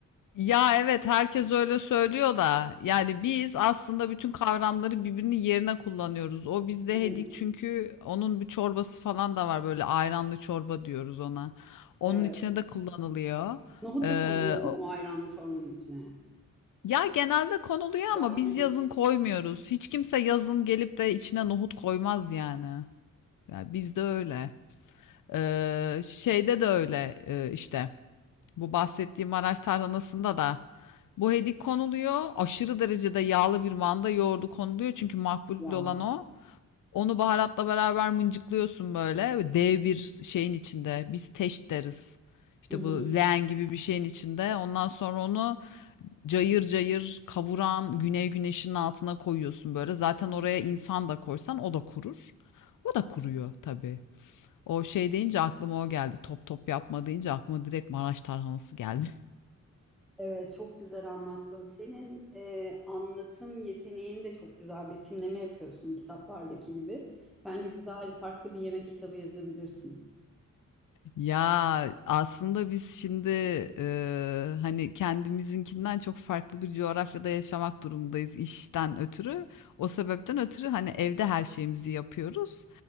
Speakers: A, on the left; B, in the centre.
A: Ya evet herkes öyle söylüyor da yani biz aslında bütün kavramları birbirinin yerine kullanıyoruz. O bizde
B: <laughs>
A: hedik çünkü onun bir çorbası falan da var böyle ayranlı çorba diyoruz ona. Onun
B: Evet.
A: içine de kullanılıyor.
B: Nohut
A: Ee,
B: da konuluyor değil
A: o-
B: mi? O ayranlı çorbanın içine.
A: ya genelde konuluyor
B: Buğday,
A: ama biz
B: nohut.
A: yazın koymuyoruz. Hiç kimse yazın gelip de içine nohut koymaz yani. Ya bizde öyle. Ee, şeyde de öyle e, işte. Bu bahsettiğim Maraş tarhanasında da bu hedik konuluyor. Aşırı derecede yağlı bir manda yoğurdu konuluyor. Çünkü makbul
B: Wow.
A: olan o. Onu baharatla beraber mıncıklıyorsun böyle. Dev bir şeyin içinde. Biz teş deriz. İşte
B: Hı hı.
A: bu leğen gibi bir şeyin içinde. Ondan sonra onu cayır cayır kavuran güney güneşinin altına koyuyorsun böyle. Zaten oraya insan da koysan o da kurur. O da kuruyor tabii. O şey deyince aklıma o geldi. Top top yapma deyince aklıma direkt Maraş tarhanası geldi.
B: Evet, çok güzel anlattın. Senin e, anlatım yeteneğin de çok güzel. Betimleme yapıyorsun kitaplardaki gibi. Bence güzel, farklı bir yemek kitabı yazabilirsin.
A: Ya aslında biz şimdi e, hani kendimizinkinden çok farklı bir coğrafyada yaşamak durumundayız işten ötürü. O sebepten ötürü hani evde her şeyimizi yapıyoruz.